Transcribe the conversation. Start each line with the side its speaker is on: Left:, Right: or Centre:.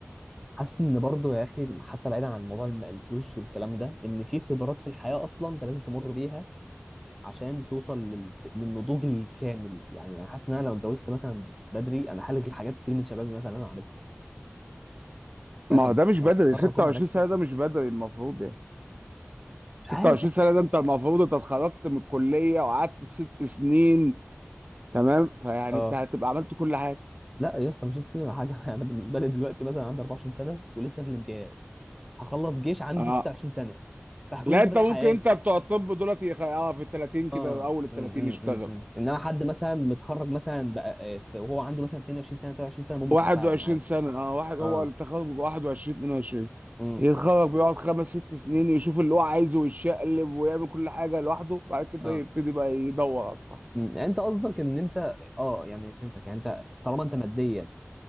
Centre: حاسس ان برضو يا اخي حتى بعيدا عن موضوع الم- الفلوس والكلام ده ان في خبرات في الحياه اصلا انت لازم تمر بيها عشان توصل لل- للنضوج الكامل يعني انا حاسس ان انا لو اتجوزت مثلا بدري انا هلغي حاجات كتير من شبابي مثلا لازم اعملها فاهم
Right: ما
Centre: انا
Right: هو ده مش بدري
Centre: أنا هضطر
Right: 26
Centre: اكون مركز
Right: سنة ده مش بدري المفروض يعني
Centre: مش
Right: 26
Centre: عارف
Right: سنة ده انت المفروض انت اتخرجت من الكلية وقعدت ست سنين تمام فيعني
Centre: اه
Right: انت هتبقى عملت كل حاجة
Centre: لا يا اسطى مش هستنى ولا حاجه <laughs> انا بالنسبه لي دلوقتي مثلا عندي 24 سنه ولسه في الامتياز هخلص جيش عندي
Right: اه
Centre: 26 سنه فهكون
Right: لا
Centre: لسه
Right: انت
Centre: بادئ
Right: ممكن
Centre: حياتي
Right: انت بتوع الطب دولت يخ- اه في ال 30 كده
Centre: اه
Right: اول ال 30
Centre: امم امم
Right: يشتغل
Centre: امم انما حد مثلا متخرج مثلا بقى آه، في- وهو عنده مثلا 22 سنه 23 سنه ممكن
Right: 21
Centre: فعلا عادي
Right: سنة اه واحد هو
Centre: اه
Right: التخرج بيبقى 21 22
Centre: امم
Right: يتخرج بيقعد خمس ست سنين يشوف اللي هو عايزه ويشقلب ويعمل كل حاجة لوحده بعد كده
Centre: اه
Right: يبتدي بقى يدور على الصح
Centre: امم يعني انت قصدك ان انت اه يعني فهمتك يعني انت طالما انت ماديا